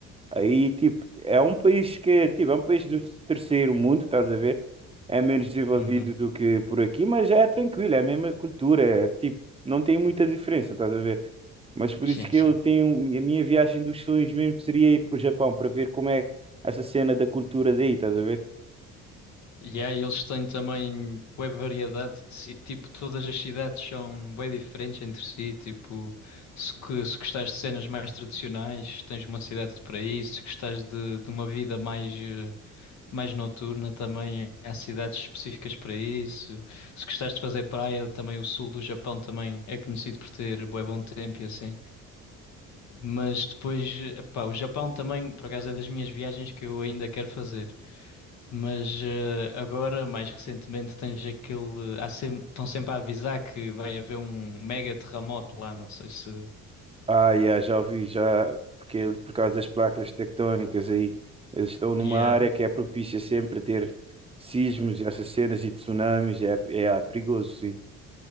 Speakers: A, on the right; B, on the left.
A: Aí tipo é um país que tipo é um país do terceiro mundo, estás a ver? É menos desenvolvido
B: Uhum.
A: do que por aqui, mas é tranquilo, é a mesma cultura, é, tipo não tem muita diferença, estás a ver? Mas por
B: Sim,
A: isso que
B: sim.
A: eu tenho a minha viagem dos sonhos mesmo seria ir para o Japão para ver como é essa cena da cultura daí, estás a ver?
B: Yeah, e eles têm também bué variedade de ci- tipo, todas as cidades são bem diferentes entre si, tipo, se, que, se gostares de cenas mais tradicionais, tens uma cidade para isso, se gostares de, de uma vida mais eh, mais noturna também. Há cidades específicas para isso. Se gostares de fazer praia, também o sul do Japão também é conhecido por ter bué bom tempo e assim. Mas depois, epá, o Japão também, por acaso, é das minhas viagens que eu ainda quero fazer. Mas eh, agora, mais recentemente, tens aquele. Há sempre, estão sempre a avisar que vai haver um mega terremoto lá, não sei se.
A: Ah, yeah, já ouvi, já, porque ele- por causa das placas tectónicas aí, eles estão numa
B: Yeah.
A: área que é propícia sempre a ter sismos e essas cenas e tsunamis, é, é é perigoso, sim.